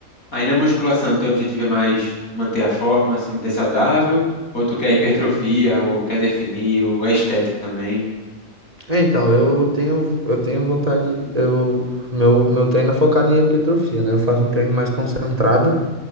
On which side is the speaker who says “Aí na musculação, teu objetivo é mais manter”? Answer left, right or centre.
Left